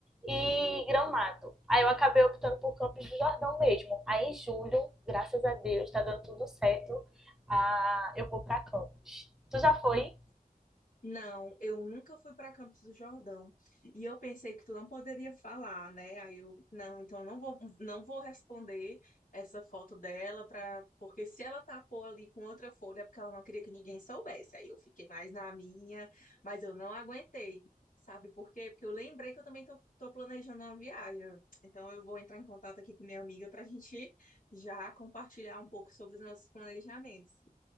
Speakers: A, in the centre; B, on the left (about 65°).
A: e Gramado. Aí eu acabei optando por Campos do Jordão mesmo. Aí em julho, graças a Deus, tá dando tudo certo. Ah, eu vou pra Campos. Tu já foi,
B: Não, eu nunca fui para Campos do Jordão. E eu pensei que tu não poderia falar, né? Aí eu, não, então eu não vou, não vou responder essa foto dela para, porque se ela tapou ali com outra folha é porque ela não queria que ninguém soubesse. Aí eu fiquei mais na minha, mas eu não aguentei. Sabe por quê? Porque eu lembrei que eu também tô, tô planejando uma viagem. Então eu vou entrar em contato aqui com minha amiga para a gente já compartilhar um pouco sobre os nossos planejamentos.